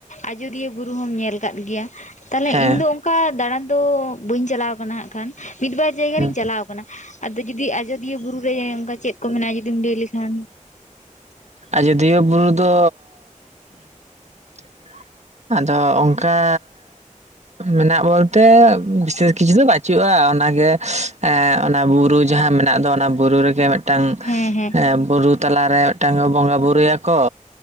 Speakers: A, on the left (about 65°); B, on the right (about 55°).
A: ᱟᱡᱫᱤᱭᱟᱹ ᱵᱩᱨᱩ ᱦᱚᱸᱢ ᱧᱮᱞ ᱠᱟᱫ ᱜᱮᱭᱟ᱾ ᱛᱟᱦᱞᱮ
B: ᱦᱮᱸ
A: ᱤᱧ ᱫᱚ ᱚᱱᱠᱟ ᱫᱟᱲᱟᱱ ᱫᱚ ᱵᱟᱹᱧ ᱪᱟᱞᱟᱣ ᱠᱟᱱᱟ ᱦᱟᱸᱜ ᱠᱷᱟᱱ, ᱢᱤᱫᱵᱟᱨ ᱡᱟᱭᱜᱟ
B: ᱦᱩᱸ
A: ᱨᱤᱧ ᱪᱟᱞᱟᱣ ᱠᱟᱱᱟ᱾ᱟᱫᱚ ᱡᱩᱫᱤ ᱟᱡᱚᱫᱤᱭᱟᱹ ᱵᱩᱨᱩ ᱨᱮ ᱚᱱᱠᱟ ᱪᱮᱫ ᱠᱚ ᱢᱮᱱᱟᱜ-ᱟ ᱡᱩᱫᱤᱢ ᱞᱟᱹᱭ ᱞᱮᱠᱷᱟᱱ᱾
B: ᱟᱡᱚᱫᱤᱭᱟᱹ ᱵᱩᱨᱩ ᱫᱚᱻ ᱴᱷᱤᱠ ᱵᱟᱲᱟ᱾ ᱟᱫᱚ ᱚᱝᱠᱟ ᱢᱮᱱᱟᱜ ᱵᱚᱞᱛᱮ ᱵᱤᱥᱮᱥ ᱠᱤᱪᱷᱩ ᱫᱚ ᱵᱟᱪᱩᱜ-ᱟ ᱚᱱᱟ ᱜᱮ ᱮᱸ ᱚᱱᱟ ᱵᱩᱨᱩ ᱡᱟᱦᱟᱸ ᱢᱮᱱᱟᱜ ᱫᱚ, ᱚᱱᱟ ᱵᱩᱨᱩ ᱨᱮᱜᱮ ᱢᱮᱫ ᱴᱟᱝ
A: ᱦᱮᱸ ᱦᱮᱸ
B: ᱮᱸ ᱵᱩᱨᱩ ᱛᱟᱞᱟᱨᱮ ᱢᱮᱫᱴᱟᱝ ᱠᱚ ᱵᱚᱸᱜᱟ ᱵᱩᱨᱩᱭᱟ ᱠᱚ